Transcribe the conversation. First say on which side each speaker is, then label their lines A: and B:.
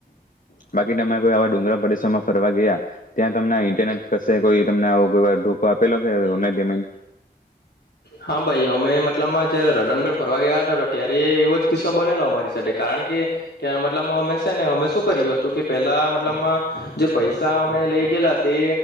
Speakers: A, on the left (about 50°); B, on the left (about 85°).
A: બાકી તમે કોઈ આવા ડુંગળ પરેદેસોરમાં ફરવા ગયા ત્યાં તમને ઇન્ટરનેટ કશે કોઈ તમને આવો કોઈ વાર ધોકો આપેલો કે ઓનલાઈન પેમેન્ટ
B: હા ભાઈ અમે મતલબમાં જયારે રતનગઢ ફરવા ગયા હતા ત્યારે એવો જ કિસ્સો બનેલો અમારી સાથે કારણ કે ત્યારે મતલબ અમે છે ને અમે શું કર્યું હતું કે પેલા મતલબમાં જે પૈસા અમે લઈ ગયેલા તે